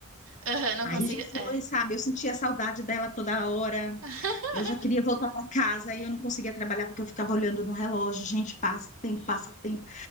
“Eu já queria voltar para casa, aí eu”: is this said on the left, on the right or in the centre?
Left